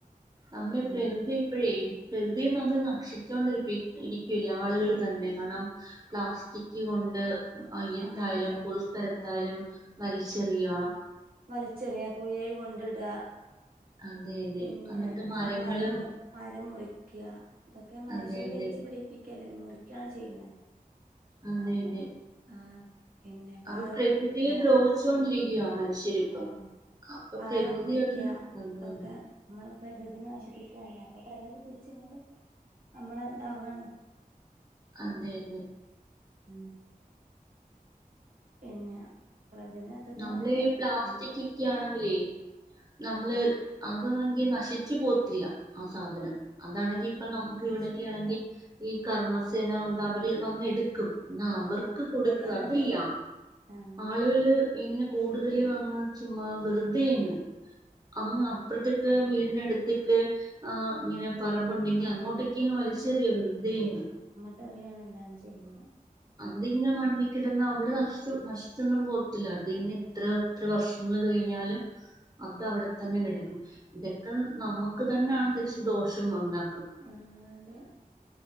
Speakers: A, on the right; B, on the right.
A: നമ്മളെ
B: ഉം
A: പ്രകൃതി ഇപ്പഴേ പ്രകൃതി നമ്മൾ നക്ഷിച്ചുകൊണ്ടി ഇരിക്കില്ല ആളുകൾ തന്നെ കാരണം പ്ലാസ്റ്റിക്ക് കൊണ്ട് അയ്യത്തായാലും
B: ആ അതെ
A: പൊതുസ്ഥലത്തായാലും
B: ആ
A: മലി ഷെറിയോ
B: വലിച്ചെറിയ പുഴയിൽ കൊണ് എടാ
A: അതെ അതെ
B: പിന്നെ
A: എന്നിട്ട്
B: ന
A: മരങ്ങള്
B: മരം മരം മുറി ക്യാ ഇതൊക്കെ മനുഷ്യര്
A: അതെ അതെ
B: വെച്ച് പിടിപ്പി ക്കല്ല മുറിക്കാണ് ചെയ്യണെ.
A: അതെ
B: അപ്പം
A: അതെ
B: ആ പിന്നെ പാറ
A: അപ്പൊ പ്രകൃതിയെ
B: പൊട്ടിക്കുക
A: ദ്രോഹിച്ചൊണ്ടിരിക്കയാ നമ്മള് ശരിപ്പം
B: ആ
A: അപ്പൊ
B: പാറ
A: പ്രകൃതി
B: പൊട്ടിക്ക
A: അതിന് വന്നതെന്നെ
B: ഇതൊക്കെ നമ്മളെ പ്രകൃതിനെ നശിപ്പിക്കാണ് അപ്പൊ പ്രകൃതി തിരിച്ച് ഇങ്ങോട്ടും നമ്മളെ താവാണ്
A: അതെ യതെ
B: ഹും പിന്നെ പ്രകൃതിനെ എത്രത്തോളം
A: നമ്മള് പ്ലാസ്റ്റിക്ക്‌ക്കാണെങ്കിലേ
B: നമുക്ക്
A: നമ്മള്
B: ആഹ്
A: അത് ക്ക്‌ നശിച്ചു പോവത്തില്ല ആ സാധനം അതാണെങ്കി
B: അതെ
A: ഇപ്പം
B: ആഹ്
A: നമുക്ക്
B: നശിക്കൂല
A: ഇവിടെയൊക്കെ ആണെങ്കിൽ ഈ കർമ്മസേന ഉണ്ട് അവര് വന്നെടുക്കും എന്നാ അവർക്ക്
B: ആഹ്
A: കൊടുക്കാ
B: ഇവിടെ അങ്ങനെ
A: അതില്ല
B: തന്നെ ആഹ്
A: ആളുകള് തിന് കൂടുതല് അങ്ങ് ചുമ്മാ വെറുതെ അങ്ങ് അങ്ങ്
B: ആഹ്
A: അപ്പുറത്ക്ക് വീട്ട് ഇതിനട്ത്ത്ക്ക് ആഹ് ഇങ്ങനെ പറമ്പുണ്ടെങ്കി അങ്ങോട്ടെക്ക്ങ്ങ് വലിച് ച്ചെറിയ വെറുതെയങ്ങ്
B: ട്ടെറിയാണല്ലാ <unintelligible> ചെയ്യുന്ന
A: അതിങ്ങനെ മണ്ണിക്കിടന്ന് അവിടെ നശിച്ചു നശിച്ചൊന്നും പോവത്തില്ല അതിങ്ങനെ എത്ര എത്ര വർഷങ്ങൾ കഴിഞ്ഞാലും അത് അവടെ
B: ആഹ്
A: തന്നെ കെടക്കും. ഇതക്കെ നമുക്ക് തന്നാണ് തിരിച്ച് ദോഷം ഉണ്ടാ
B: ആഹ് അതേ